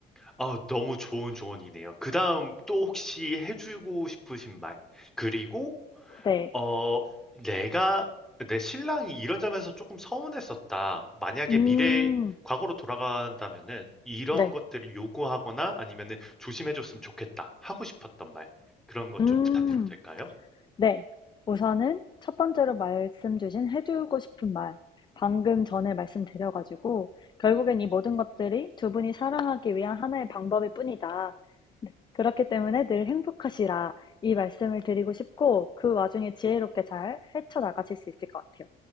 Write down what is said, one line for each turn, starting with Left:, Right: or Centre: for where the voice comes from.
Centre: 아 너무 좋은 조언이네요. 그다음 또 혹시 해 주고 싶으신 말 그리고
Left: 네.
Centre: 어, 내가, 내 신랑이 이런 점에서 조금 서운했었다. 만약에
Left: 음.
Centre: 미래, 과거로 돌아간다면은 이런
Left: 네.
Centre: 것들을 요구하거나 아니면은 조심해줬으면 좋겠다. 하고 싶었던 말. 그런 것
Left: 음.
Centre: 좀 부탁드려도 될까요?
Left: 네. 우선은 첫 번째로 말씀 주신 해주고 싶은 말. 방금 전에 말씀드려 가지고 결국엔 이 모든 것들이 두 분이 사랑하기 위한 하나의 방법일 뿐이다. 네. 그렇기 때문에 늘 행복하시라. 이 말씀을 드리고 싶고 그 와중에 지혜롭게 잘 헤쳐나가실 수 있을 것 같아요.